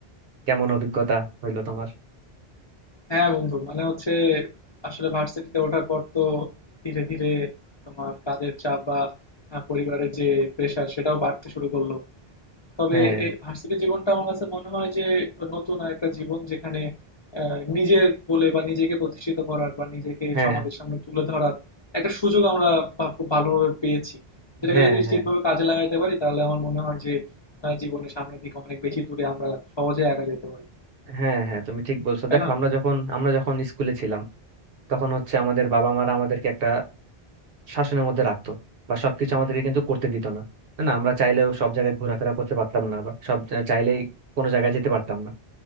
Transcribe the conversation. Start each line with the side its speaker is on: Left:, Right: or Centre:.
Right: কেমন অভিজ্ঞতা হইলো তোমার
Left: হ্যাঁ বন্ধু মানে হচ্ছে আসলে ভার্সিটিতে ওঠার পর তো ধীরে ধীরে তোমার কাজের চাপ বা আহ, পরিবারের যে প্রেশার সেটাও বাড়তে শুরু করলো তবে
Right: হ্যাঁ
Left: এ ভার্সিটি জীবনটা আমার কাছে মনে হয় যে নতুন একটা জীবন যেখানে আহ, নিজের বলে বা নিজেকে প্রতিষ্ঠিত করার বা নিজেকে
Right: হ্যাঁ
Left: সমাজের সামনে তুলে ধরার একটা সুযোগ আমরা বা- খুব ভালোভাবে পেয়েছি যেটাকে
Right: হ্যাঁ
Left: যদি
Right: হ্যাঁ
Left: ঠিকভাবে কাজে লাগাতে পারি তাহলে আমার মনে হয় যে আহ, জীবনের সামনের দিকে অনেক বেশি দূরে আমরা সহজে এগিয়ে যেতে পারি
Right: হ্যাঁ হ্যাঁ তুমি ঠিক বলছো
Left: তাই
Right: দেখো
Left: না
Right: আমরা যখন আমরা যখন স্কুলে ছিলাম তখন হচ্ছে আমাদের বাবা মারা আমাদেরকে একটা শাসনের মধ্যে রাখতো বা সবকিছু আমাদেরকে কিন্তু করতে দিত না না আমরা চাইলেও সব জায়গায় ঘোরাফেরা করতে পারতাম না বা সব জা- চাইলেই কোনো জায়গায় যেতে পারতাম না